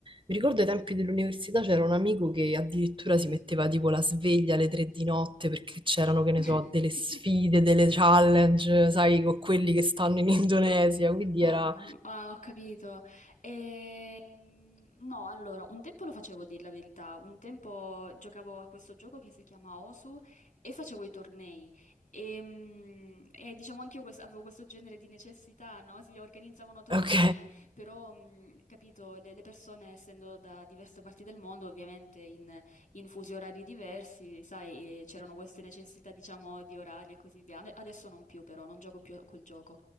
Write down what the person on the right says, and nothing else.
mi ricordo ai tempi dell'università c'era un amico che addirittura si metteva tipo la sveglia alle tre di notte perché c'erano, che ne
so, delle sfide, delle challenge, sai, con quelli che stanno in <laughs> Indonesia, quindi era...
Ok,